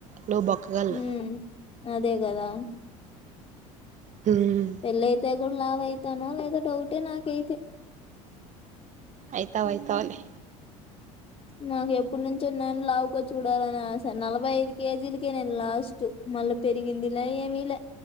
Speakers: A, on the right; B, on the left.
A: నువ్వు బొక్కగలు
B: హ్మ్ అదే కదా
A: హ్మ్
B: పెళ్ళయితే కూడా లావ అయితాను లేదా డౌటే నాకైతే
A: అయితావ్ అయితవ్ లే
B: నాకే ఏప ఇడు నుంచి ఉన్నాను లావుకో చూడాలని ఆశ నలభై ఐదు కేజీలకే నేను లాస్ట్ మళ్ళ పెరిగింది లే ఏమి లే